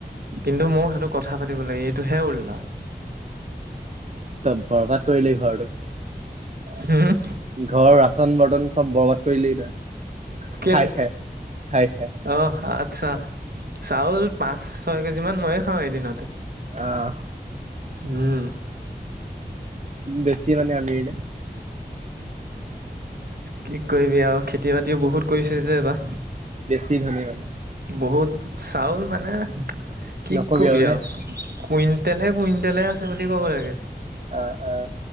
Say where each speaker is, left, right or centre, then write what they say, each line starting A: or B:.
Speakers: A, on the right (about 70°); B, on the right (about 45°).
A: কিন্তু মোৰ সেইটো কথা পাতিব লাগে এইটোহে উল্টা।
B: ত বৰ্বাত কৰিলি ঘৰটোক।
A: হম',
B: ঘৰৰ ৰাচন- বৰ্তন চব বৰবাদ কৰিলি তই।
A: কেলে
B: খাই খাই খাই খাই
A: অহ ' আচ্ছা। চাউল পাঁচ -ছয় কেজি মান ময়ে খাওঁ এদিনতে।
B: আহ
A: উম
B: বেছি মানে আমিৰনে?
A: কি কৰিবি আও খেতি -বাতিও বহুত। কৈছে যে এবা
B: বেছি ধনী মানে
A: বহুত চাউল মানে কি
B: নকবি
A: কবি
B: আৰু নে
A: আও কুইণ্টলে- কুইণ্টলে আছে বুলি ক'ব লাগে।
B: আহ -আহ।